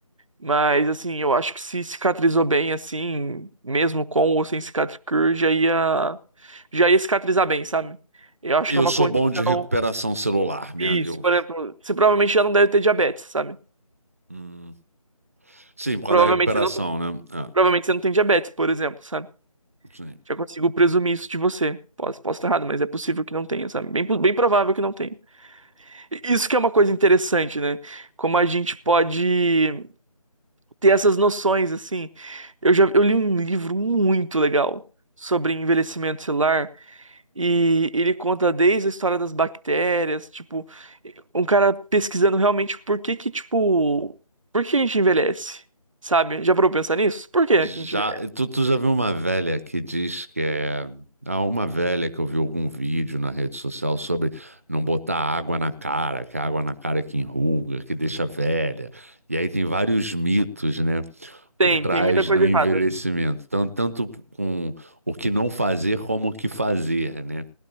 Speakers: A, on the right; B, on the right.
A: Mas, assim, eu acho que se cicatrizou bem, assim, mesmo com ou sem cicatricure, já ia, já ia cicatrizar bem, sabe? Eu acho
B: Eu
A: que é uma
B: sou
A: condição.
B: bom de recuperação celular, minha,
A: Isso,
B: eu,
A: por exemplo, você provavelmente já não deve ter diabetes, sabe?
B: hum, sim, por causa
A: Provavelmente
B: da recuperação,
A: você não tem,
B: né? Ah,
A: provavelmente você não tem diabetes, por exemplo, sabe?
B: sim.
A: Já consigo presumir isso de você. Posso, posso estar errado, mas é possível que não tenha, sabe? Bem, po- bem provável que não tenha. E Isso que é uma coisa interessante, né? Como a gente pode ter essas noções, assim. Eu já eu li um livro muito legal sobre envelhecimento celular e ele conta desde a história das bactérias, tipo, um cara pesquisando realmente por que que, tipo, por que a gente envelhece, sabe? Já parou pra pensar nisso? Por que
B: Já,
A: que a gente envelhece?
B: tu, tu já viu uma velha que diz que é, há uma velha que eu vi algum vídeo na rede social sobre não botar água na cara, que a água na cara é que enruga, que deixa velha. E aí tem vários mitos, né?
A: Tem,
B: por trás
A: tem muita coisa
B: do envelhecimento,
A: errada.
B: tanto, tanto com o que não fazer como o que fazer, né?